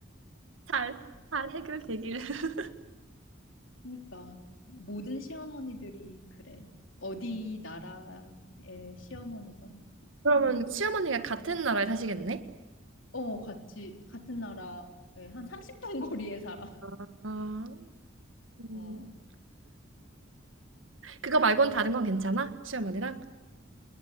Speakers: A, on the right; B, on the left.
A: 잘, 잘 해결되길. <laughs>
B: 그러니까 모든 시어머니들이 그래. 어디 나라의 시어머니든.
A: 그러면 시어머니가 같은 나라에 사시겠네?
B: 어, 같이 같은 나라에 한 30분 <laughs> 거리에 살아.
A: 아, 음.
B: 어.
A: 그거 말고는 다른 건 괜찮아? 시어머니랑?